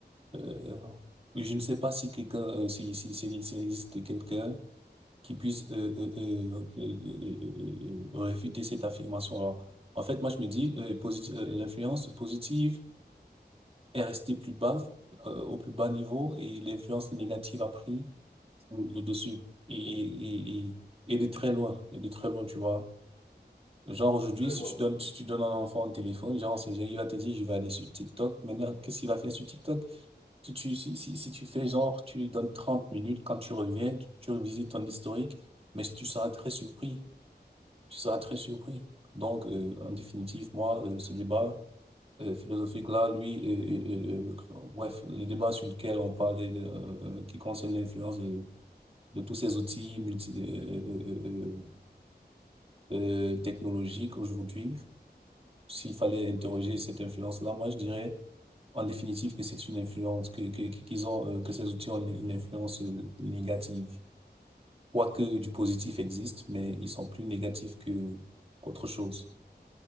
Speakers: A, on the right; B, on the left.
A: Euh, je ne sais pas si quelqu'un, euh, si, si, si- s'il existe quelqu'un qui puisse euh, euh, euh, euh, euh, euh, euh, euh, réfuter cette affirmation-là. En fait, moi, je me dis, euh, posit- euh, l'influence positive est restée plus bas, euh, au plus bas niveau, et l'influence négative a pris le, le dessus. Et, et,
B: Oui.
A: et, et de très loin, et de très loin, tu vois. Genre
B: Dans
A: aujourd'hui,
B: les très
A: si
B: loin,
A: tu
B: oui.
A: donnes, si tu donnes à un enfant un téléphone, genre, c'est, il va te dire, je vais aller sur TikTok. Maintenant, qu'est-ce qu'il va faire sur TikTok? Si tu, si, si, si tu fais genre, tu lui donnes 30 minutes, quand tu reviens, tu, tu revisites ton historique, mais tu seras très surpris. Tu seras très surpris. Donc, euh, en définitive, moi, euh, ce débat euh, philosophique-là, lui, euh, euh, euh, euh, bref, le débat sur lequel on parlait, de, euh, euh, qui concerne l'influence de, de tous ces outils multi, euh, euh, euh, euh, euh, technologiques aujourd'hui, s'il fallait interroger
B: Oui,
A: cette influence-là, moi, je dirais en définitive que c'est une influence, que, que, qu'ils ont, euh, que ces outils ont une influence euh, négative. Quoique du positif existe, mais ils sont plus négatifs que qu'autre chose.